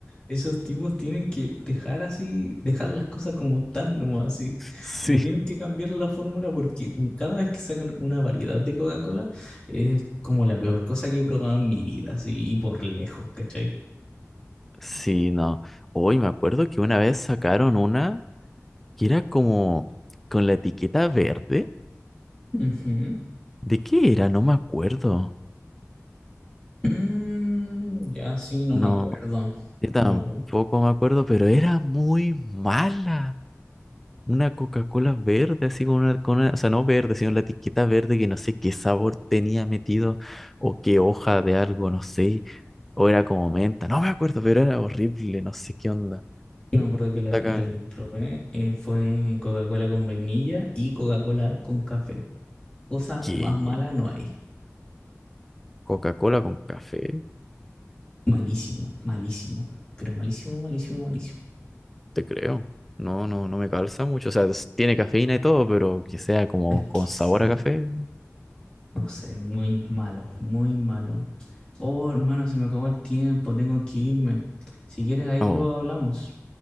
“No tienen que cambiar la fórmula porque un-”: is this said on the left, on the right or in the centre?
Left